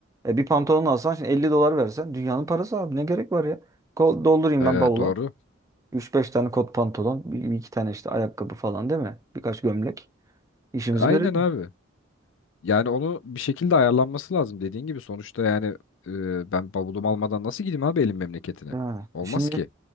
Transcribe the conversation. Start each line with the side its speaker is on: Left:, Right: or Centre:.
Right: E bir pantolon alsan şimdi 50 dolar versen dünyanın parası abi ne gerek var ya? Kol, doldurayım
Left: Ee,
Right: ben bavula.
Left: doğru.
Right: üç beş tane kot pantolon, bir, bir iki tane işte ayakkabı falan değil mi? Birkaç gömlek. İşimizi
Left: Aynen
Right: görelim.
Left: abi. Yani onu bir şekilde ayarlanması lazım dediğin gibi. Sonuçta yani e, ben bavulumu almadan nasıl gideyim abi elim memleketine?
Right: Yani
Left: Olmaz
Right: şimdi
Left: ki.